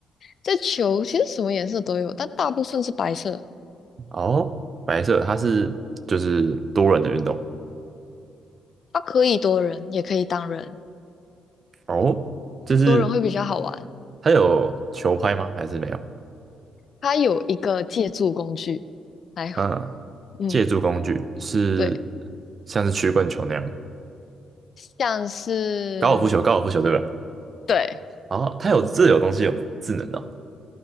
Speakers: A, on the left (about 50°); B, on the right (about 40°).
A: 这球其实什么颜色都有，但大部分是白色。
B: 哦，白色，它是就是多人的运动。
A: 它可以多人，也可以单人，
B: 哦，就是
A: 多人会比较好玩。
B: 它有球拍吗？还是没有？
A: 它有一个借助工具来，
B: 嗯，
A: 嗯，
B: 借助工具是
A: 对。
B: 像是曲棍球那样，
A: 像是
B: 高尔夫球，高尔夫球对吧？
A: 对
B: 哦，它有这有东西有智能的哦，